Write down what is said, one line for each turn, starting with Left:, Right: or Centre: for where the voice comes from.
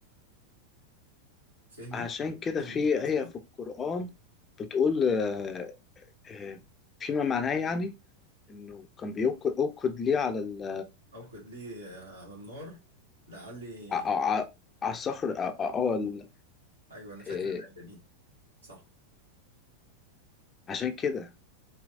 Right: فهمي
Left: عشان كده
Right: فهمت
Left: في
Right: القصه
Left: آية في القرآن بتقول آه، آه، فيما معناه يعني إنه كان بيوقد أوقد ليه على ال
Right: اوقد لي على النار لعلي
Left: ع- ع- على الصخر اه آه، آه، ال-
Right: ايوه انا فاكر
Left: آه،
Right: الايه دي صح
Left: عشان كده